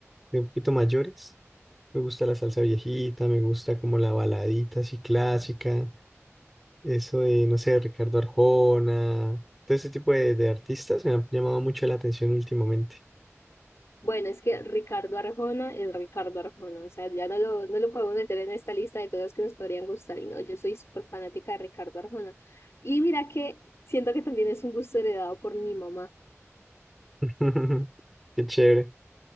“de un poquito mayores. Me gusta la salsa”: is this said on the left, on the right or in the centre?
Centre